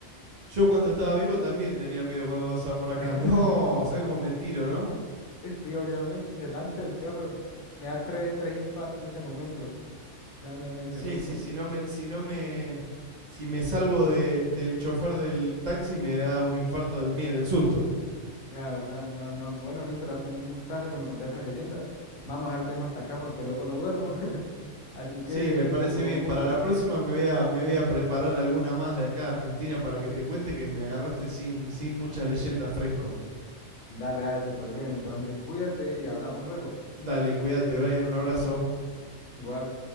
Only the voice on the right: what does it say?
Yo cuando estaba vivo también tenía miedo cuando pasaba por acá.
<laughs> No, ¿sabes cómo me tiro, no?
Sí,
sí, si no me, si no me, si me salvo de, del chofer del taxi me da un infarto del miedo, del susto.
Sí, me parece
bien.
Para la próxima me voy a, me voy a preparar alguna más de acá de Argentina para que te cuente que me agarraste sin, sin muchas leyendas fresco.
Dale, cuídate, Brian, un abrazo.